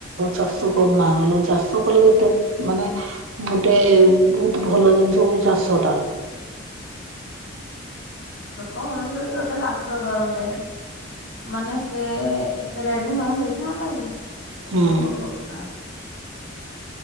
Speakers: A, on the right; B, on the left.
A: ଚାଷ କରୁନା ଚାଷ କଲେ ଏତେ ମାନେ ଗୋଟେ ବହୁତ ଭଲ ଜିନିଷ ହଉଛି ଚାଷଟା।
B: ଲୋକ ମଣିଷ ତ ଗୋଟେ ଚାଷ କରନ୍ତେ ମାନେ ଏତେ ଏତେ ରେଡ ହେଇଥାନ୍ତା କି ସବୁ
A: ହୁଁ।
B: ଲୋକ କରୁଥାନ୍ତି।